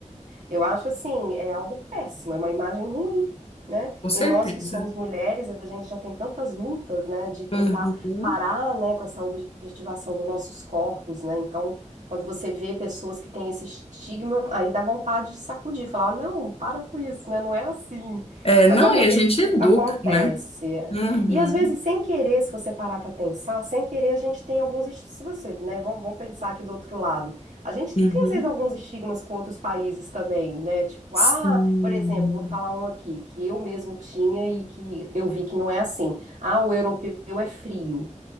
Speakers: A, on the right; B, on the left.
A: Eu acho assim, é algo péssimo, é uma imagem ruim, né?
B: com certeza.
A: E nós que somos mulheres, a gente já tem tantas lutas, né, de tentar
B: Uhum.
A: parar, né, com essa objetivação dos nossos corpos, né? Então, quando você vê pessoas que têm esse estigma, aí dá vontade de sacudir, falar, "Ah, não, para com isso, né? Não é assim.
B: É,
A: Mas,
B: não,
A: amiga,
B: e a gente
A: isso
B: educa,
A: acontece.
B: né?
A: é.
B: Uhum,
A: E às vezes, sem querer, se você parar para pensar, sem querer, a gente tem alguns. esti- Se você, né, vamos, vamos pensar aqui do outro lado. A gente
B: uhum.
A: tem, às vezes, alguns estigmas com outros países também, né? Tipo,
B: Sim.
A: ah, por exemplo, vou falar um aqui, que eu mesmo tinha e que eu vi que não é assim. Ah, o europeu é frio.